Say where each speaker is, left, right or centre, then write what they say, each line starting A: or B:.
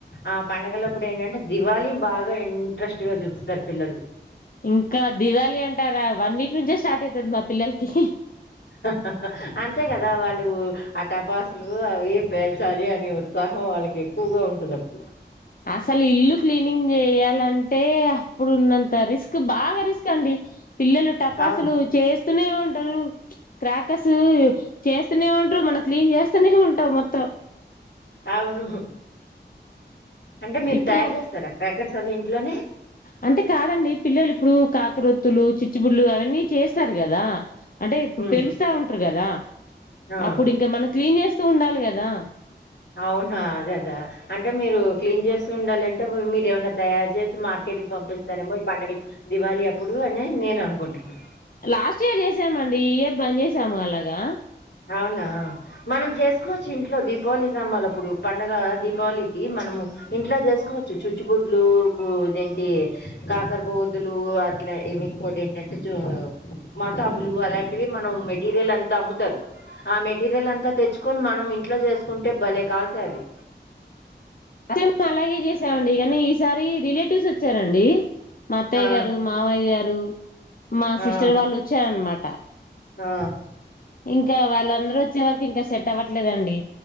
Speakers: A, on the left (about 75°); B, on the left (about 50°).
A: ఆ పండగలప్పుడు ఏంటంటే దివాళి బాగా ఇంట్రెస్టుగా చూపిస్తారు పిల్లలు
B: ఇంకా దివళి అంటారా వన్ వీక్ నుంచే స్టార్ట్ అవుతుంది మా పిల్లలకి
A: అహహహ అంతే కదా వాళ్ళు ఆ టపాసులు అవి పేల్చాలి అనే ఉత్సాహం వాళ్ళకి ఎక్కువగా ఉంటుంది అప్పుడు
B: అసలు ఇల్లు క్లీనింగ్ చేయాలంటే అప్పుడు ఉన్నంత రిస్క్ బాగా రిస్క్ అండి పిల్లలు టపాసులు
A: అవును.
B: చేస్త్ వస్తూనే ఉంటారు క్రాకర్స్ చేస్తూనే ఉంటారు మనం క్లీన్ చేస్తూనే ఉంటావు మొత్తం
A: అవును అంటే మీరు
B: ఇప్పుడు
A: తయారు చేస్తారు అక్కడ ఎ స అవి ఇంట్లోనే
B: అంటే కాదండి పిల్లలు ఇప్పుడు కాకరొత్తులు చిచ్చుబుడ్ళలు అవన్నీ చేస్తారు కదా అంటే ఇప్పుడు
A: హ్మ్.
B: పెలుస్తా ఉంటారు కదా
A: ఆ!
B: అప్పుడు ఇంకా మనం క్లీన్ చేస్త స్తూ ఉండాలి కదా
A: అవునా అదే అదా అంటే మీరు క్లీన్ చేస్త ఉండాలింటే మీరు ఏమైన్నా తయారు చేస్త మార్కెట్కి పంపిస్తారేమో ఈ పండుగ దివాళి అప్పుడు అని నేను అనుకుంటున్నాను
B: లాస్ట్ ఇయర్ చేసామండి ఈ ఇయర్ బంజేసాము అలాగా
A: అవునా మనం చేసుకోవచ్చు ఇంట్లో దీపావళి సామాన్లు ఇప్పుడు పండుగ దీపావళికి మనము ఇంట్లో చేసుకోవచ్చు చుచ్చుపుుడ్లు ఇదేంటి కాకరపువోతులు అట్లా ఇవి ఇంకోటి ఏంటంటే చ మతాపులు అలాంటివి మనం మెటీరియల్ అంతా అమ్ముతారు ఆ మెటీరియల్ అంతా తెచ్చుకొని మనం ఇంట్లో చేసుకుంటే భలే కాలుతాయి అవి
B: ప్రత అలాగే చేసామండి కానీ ఈసారి రిలేటివ్స్ వచ్చారండి మా అత్తయ్య
A: ఆ!
B: గారు మావయ్య గారు మా
A: ఆ!
B: సిస్టర్ వాళ్ళు వచ్చార అనమాట ప
A: ఆ
B: ఇంకా వాళ్ళందరూ వచ్చే వరకు ఇంకా సట్ అవ్వలేదండి